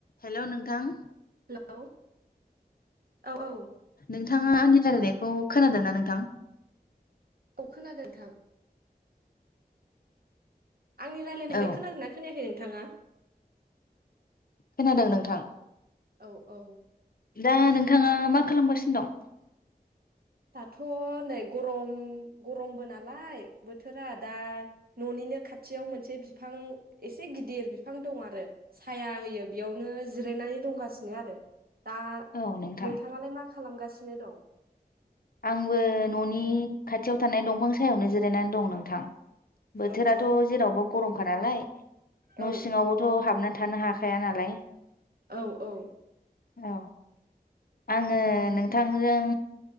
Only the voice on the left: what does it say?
हेल' नोंथां
नोंथाङा आंनि रायलायनायखौ खोनादोंना नोंथां?
औ
खोनादों नोंथां।
दा नोंथाङा मा खालामगासिनो दं?
औ नोंथां
आंबो न'नि खाथियाव थानाय दंफां सायावनो जिरायनानै दं नोंथां। बोथोराथ'
जेरावबो गरम खा नालाय। न'
सिङावबोथ' हाबना थानो हाखाया नालाय।
औ आङो नोंथांजों।